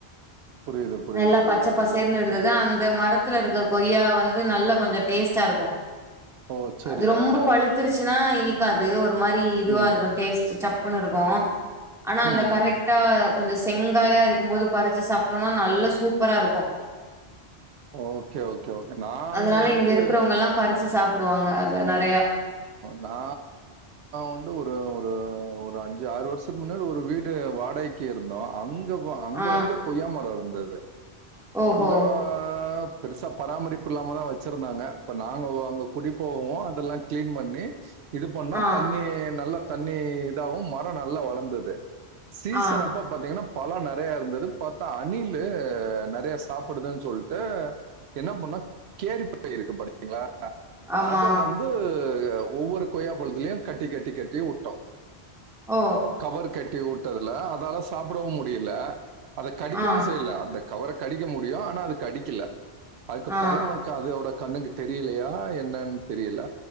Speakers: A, on the right; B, in the centre.
A: புரியுது புரியுது
B: நல்லா
A: புரியுது
B: பச்ச பசேர்னு
A: புரியுது
B: இருந்தது இதா அந்த மரத்துல இருக்க கொய்யா வந்து நல்ல கொஞ்சோ டேஸ்டா இருக்கு
A: ஓ சரி
B: அது ரொம்ப
A: ஆ
B: பழுத்துருச்சின்னா இனிக்காது ஒரு மாரி இதுவா
A: ம்
B: இருக்கு டேஸ்ட் சப் புணு இருக்கு ஆனா
A: ம்
B: அந்த கரெக்ட்
A: ம்
B: டா கொஞ்சோ செங்காயா இருக்கும்போது பறிச்சு சாப்ட்டோம்னா நல்லா சூப்பரா இருக்கு
A: ஓகே ஓகே ஓகே நாங்க
B: அதனால
A: வந்து
B: இங்க இருக்கிறவங்கல்லா பறிச்சு சாப்டுவாங்க அத நறையா
A: நா வந்து ஒரு ஒரு அஞ்சு ஆறு வருஷத்துக்கு முன்னாடி ஒரு வீடு வாடகை கி இருந்தோ அங்க அங்க
B: ஆ
A: வந்து கொய்யாமரோ இருந்தது
B: ஓஹோ
A: அங்கவ பெருசா பராமரிப்பு இல்லாம தா வச்சிருந்தாங்க இப்ப நாங்க அங்க குடி போகவு அதெல்லா க்ளீன் பண்ணி இது பண்ணோ
B: ஆ
A: தண்ணி நல்ல தண்ணி இதாவு மரோ நல்லா வளந்தது சீசன்
B: ஆ
A: அப்ப பாத்தீங்கன்னா பழோ நெறையா இருந்தது பாத்தா அணிலு நெறைய சாப்பிடுதுன் சொல்ட்டு என்ன பண்ணா கேரிப்பை இருக்கு பாரு ங்களா
B: ஆமா
A: அத வந் து ஒவ்வொரு கொய்யா பழத்திலையு கட்டி கட்டி கட்டி உட்டோ
B: ஆ
A: கவர் கட்டி உட்டதுல அதால சாப்டவு முடியல அத கடிக்கவு
B: ஆ
A: செய்ல அந்த கவர கடிக்க முடியு ஆனா அது கடிக்கல அதுக்கு
B: ஆ
A: பழோ அதோட கண்ணுக்கு தெரியலையா என்னன் தெரியல